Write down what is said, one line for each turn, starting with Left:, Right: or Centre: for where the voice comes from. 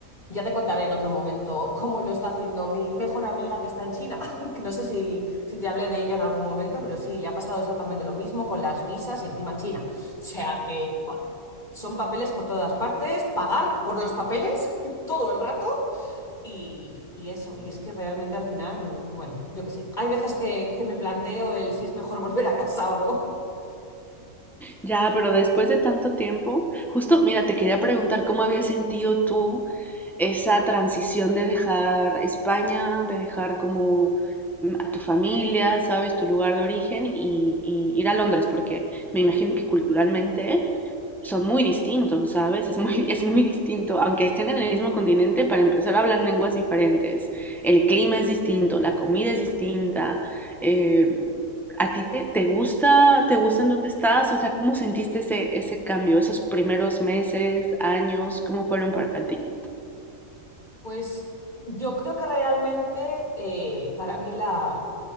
Left: Ya te contaré en otro momento cómo lo está haciendo mi mejor amiga que está en China, <laughs> que no sé si, si te hablé de ella en algún momento, pero sí, le ha pasado exactamente lo mismo con las visas y encima China. O sea que, ¡buah! Son papeles por todas partes, pagar por los papeles <laughs> todo el rato Y, y eso, y es que realmente al final, bueno, yo qué sé, hay veces que, que me planteo el si es mejor <laughs> volver a casa o no.
Centre: Ya, pero después de tanto tiempo, justo, mira, te quería preguntar cómo habías sentido tú esa transición de dejar España, de dejar como mm, a tu familia, sabes, tu lugar de origen y, y ir a Londres, porque me imagino que culturalmente son muy distintos, ¿sabes? Es muy, es muy distinto, aunque estén en el mismo continente, para empezar hablan lenguas diferentes. El clima es distinto, la comida es distinta. eh, ¿a ti te, te gusta, te gusta en dónde estás? O sea, ¿cómo sentiste ese, ese cambio, esos primeros meses, años? ¿Cómo fueron para ti?
Left: Pues yo creo que realmente eh, para mí la,